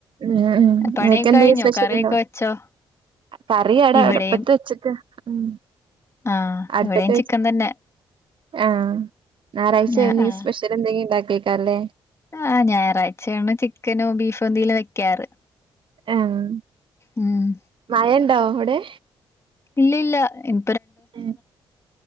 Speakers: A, on the right (about 55°); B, on the left (about 30°).
A: ആഹ് ഉം
B: പണിയൊക്കെ
A: നിനക്ക് എന്തേലും
B: കഴിഞ്ഞോ
A: സ്പെഷ്യൽ
B: കറിയൊക്കെ
A: ഉണ്ടോ
B: വെച്ചോ?
A: കറി അവിടെ
B: ഇവിടെയും
A: അടുപ്പത്ത് വെച്ചേക്കാ ഉം
B: ആഹ്
A: അടുപ്പത്ത്
B: ഇവിടെയും ചിക്കൻ തന്നെ
A: ആഹ് ഞാറാഴ്ച്ച
B: ആഹ്
A: എന്തെകിലും
B: ആഹ്
A: സ്പെഷ്യൽ എന്തെങ്കിലും ഇണ്ട കേക്കല്ലേ
B: ആഹ് ഞാറച്ചയാണ് ചിക്കനോ ബീഫ് എന്തെല് വെക്കാറ്
A: ആഹ്
B: ഉം
A: മഴഇ ണ്ടൊ അവിടെ
B: ഇല്ലില്ല ഉം
A: ഉം